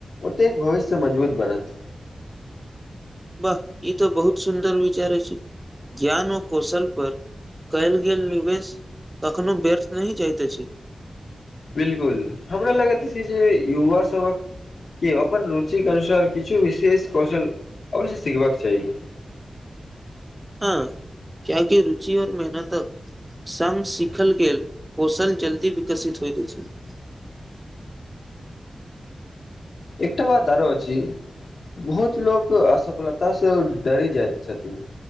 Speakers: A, on the left; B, on the right.
A: ओतेक भविष्य मजबूत बनत। <unintelligible>
B: बाह ई तऽ बहुत सुन्दर विचार अछि ज्ञान अ कौशल पर कैल गेल निवेश कखनो व्यर्थ नहि जाइत अछि। <unintelligible>
A: बिल्कुल हमरा लगैत अछि जे युवा सभक के अपन रुचिक अनुसार किछु विशेष कौशल अवश्य सिखबाक चाही। <unintelligible>
B: हां कियाकि रुचि और मेहनतक संग सिखल गेल कौशल जल्दी विकसित होइत अछि। <unintelligible>
A: एकटा बात आरो अछि बहुत लोक असफलता से डरी जाइत छथिन